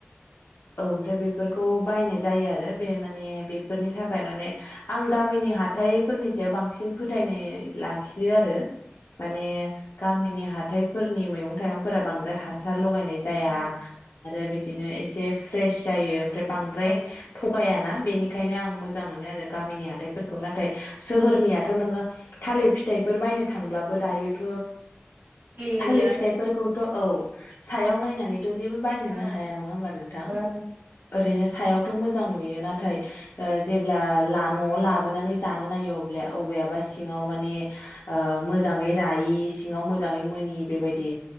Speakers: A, on the left; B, on the right.
A: औ ओमफ्राय बेफोरखौ बायनाय जायो आरो आरो बे माने बेफोरनि थाखाय माने आं गामिनि हाथायफोरनि सायाव बांसिन फोथायनाय लाखियो आरो। माने गामि आनि हाथायफोरनि मैगं थाइगंफोरा बांद्राय हासार लगायनाय जाया
B: औ
A: आरो बिदिनो एसे जे फ्रेश जायो ओमफ्राय बांद्राय
B: मुलि
A: थगायाना बेनिखायनो आं मोजां मोनो आरो। गामिनि हाथाइफोर नाथाय सोहोरनियाथ नोङो थालिर फिथाइफोर बायनो थांब्लाबो दायोथ
B: होयो
A: थालिर
B: आरो
A: फिथाइफोरखौथ
B: खायसे
A: औ सायाव नायनानै जेबो बायनोनो
B: औ
A: हाया नङा हब्ला नोंथां
B: औ
A: ओरैनो। सायावथ मोजां नुयो नाथाय ओ जेब्ला ला नआव लाबोनानै जानो नायो अब्ला बबेयबा सिङाव माने मोजाङै रायि सिङाव मोजाङै मोननि बेबायदि